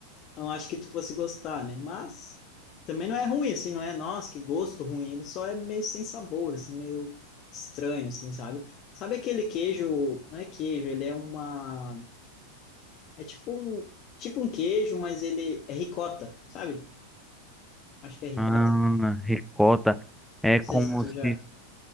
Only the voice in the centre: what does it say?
Ah, ricota. É
como
se.